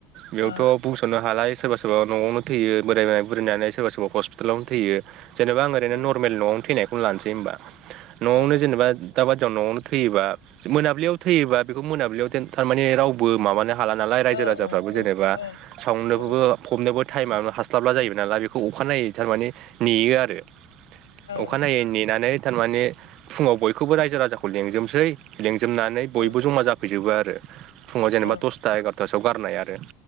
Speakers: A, on the right; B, on the left.
A: बेयावथब
B: औ
A: बुंस'नो हालाय सोरबा सोरबा न'आवनो थैयो बोरायबाय बुरायनानै सोरबा सोरबा हस्पिटालावनो थैयो। जेनेबा आं ओरैनो
B: औ
A: नर्मेल न'आवनो थैनायखौनो लानोसै होनबा न'आवनो
B: औ
A: जेनेबा दा बादियाव न'आवनो थैयोबा मोनाब्लियाव थैयोबा बेखौ मोनाब्लियाव देन थार माने रावबो माबानो हा हाला नालाय रायजो
B: औ
A: राजाफ्राबो
B: औ
A: जेनेबा
B: औ जोंनियाबो
A: सावनोखौबो
B: औ
A: फबनोबो टाइमा मा हास्लाबला जाहैबाय नालाय बेखौ अखानायनायै थारमाने नेयो आरो। अखानायै
B: औ औ
A: नेनानै थारमाने फुंङाव बयखौबो रायजो राजाखौ लेंजोबनोसै लिंजोबनानै बयबो
B: औ
A: जमा जाफैजोबो आरो फुंङाव जेनेबा
B: औ
A: दसथा एगार'थासोआव गारनाय आरो